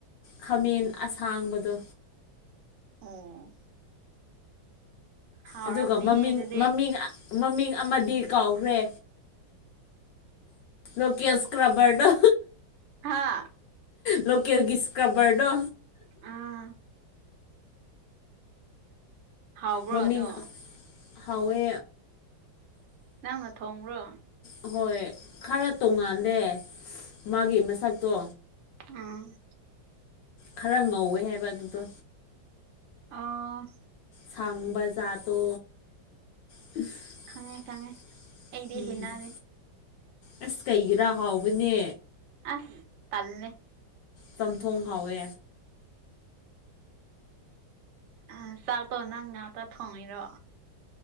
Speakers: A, on the left; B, on the right.
A: ꯈꯥꯃꯦꯟ ꯑꯁꯥꯡꯕꯗꯣ
B: ꯑꯣ ꯍꯥꯎꯔꯝꯅꯤꯍꯦ
A: ꯑꯗꯨꯒ ꯃꯃꯤꯡ
B: ꯑꯗꯨꯗꯤ
A: ꯃꯃꯤꯡ ꯃꯃꯤꯡ ꯑꯃꯗꯤ ꯀꯥꯎꯔꯦ ꯂꯣꯀꯦ ꯀ꯭ꯥꯔꯕꯥꯔꯗꯣ
B: ꯍꯥꯥ
A: ꯂꯀꯦꯜ ꯁꯀꯥꯕꯔꯗꯣ
B: ꯑꯥ ꯍꯥꯎꯕ꯭ꯔꯣ
A: ꯃꯥ ꯃꯤꯝ
B: ꯑꯗꯣ
A: ꯍꯥꯏꯋꯦ
B: ꯅꯪꯅꯥ ꯊꯣꯡꯕ꯭ꯔꯣ
A: ꯑꯍꯣꯏ ꯈꯥꯔ ꯇꯣꯡꯉꯥꯟꯜꯂꯦ ꯃꯥꯒꯤ ꯃꯁꯛꯇꯣ
B: ꯎꯝ
A: ꯈꯥꯔ ꯉꯧꯋꯦ ꯍꯥꯏꯕ ꯑꯗꯨꯗꯣ
B: ꯑꯪ
A: ꯁꯥꯟꯕꯥ ꯖꯠꯂꯣ <unintelligible>
B: ꯈꯪꯉꯦ ꯈꯪꯉꯦ ꯑꯩꯗꯤ ꯍꯩꯅꯗꯦ
A: ꯑꯥꯁ ꯀꯩꯒꯤꯔꯥ ꯍꯥꯎꯕꯅꯦ
B: ꯑꯥ ꯇꯜꯂꯩ
A: ꯆꯝꯊꯣꯡ ꯍꯥꯎꯋꯦ
B: ꯑ ꯆꯥꯛꯇꯣ ꯅꯪ ꯉꯥꯛꯇ ꯊꯣꯡꯉꯤꯔꯣ